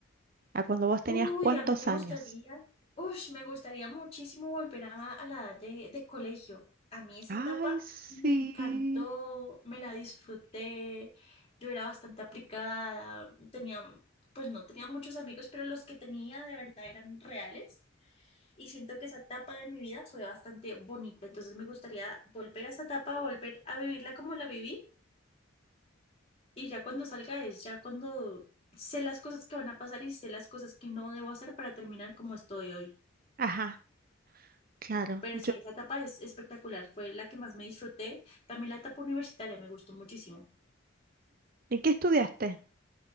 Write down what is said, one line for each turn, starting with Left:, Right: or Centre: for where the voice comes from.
Right: ¿A cuando vos
Left: Uy,
Right: tenías cuántos
Left: a mí me gustaría,
Right: años?
Left: uy, me gustaría muchísimo volver a, a la edad de, de colegio. A mí esa
Right: Ay,
Left: etapa
Right: sí.
Left: me encantó, me la disfruté, yo era bastante aplicada, tenía, pues no tenía muchos amigos, pero los que tenía de verdad eran reales. Y siento que esa etapa de mi vida fue bastante bonita, entonces me gustaría volver a esa etapa, volver a vivirla como la viví Y ya cuando salga es ya cuando sé las cosas que van a pasar y sé las cosas que no debo hacer para terminar como estoy hoy.
Right: Ajá, claro.
Left: Pero
Right: Yo.
Left: sí, esa etapa es espectacular, fue la que más me disfruté. También la etapa universitaria me gustó muchísimo.
Right: ¿Y qué estudiaste?